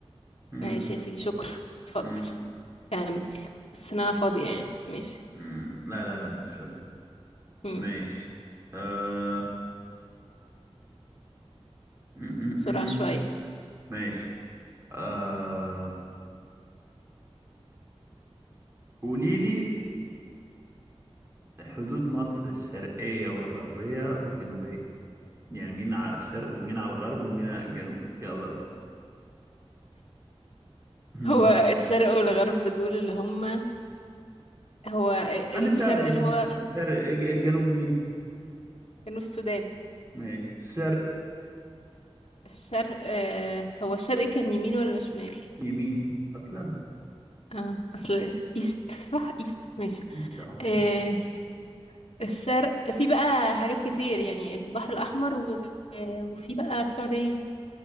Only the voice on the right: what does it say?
امم
أمم،
أمم. لا لا لا انت مش فاضي
ماشي آه. أمم، أمم،
أمم.
ماشي آه... قولي لي حدود مصر الشرقية والغربية والجنوبية يعني مين على الشرق ومين على الغرب ومين على الجنوب يلا بقى هم.
هنبدأ <laughs> ببساطة
الشرق الج- الجنوب مين
ماشي الشرق
يمين أصلا
ايست اهو
أهو.